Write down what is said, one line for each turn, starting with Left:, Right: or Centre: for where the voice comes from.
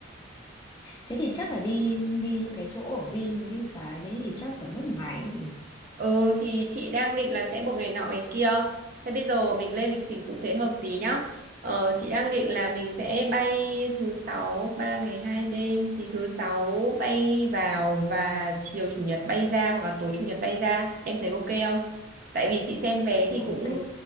Left: thế thì chắc là đi đi những cái chỗ ở Vin với cái đấy thì chắc phải mất một ngày ấy chị nhỉ
Right: Ừ thì chị đang định là sẽ một ngày nọ ngày kia. Thế bây giờ mình lên lịch trình cụ thể hơn tí nhá. Ờ, chị đang định là mình sẽ bay thứ sáu 3 ngày 2 đêm thì thứ sáu bay vào và chiều chủ nhật bay ra hoặc là tối chủ nhật bay ra. Em thấy ok không? Tại vì chị xem vé thì
Left: ok
Right: cũng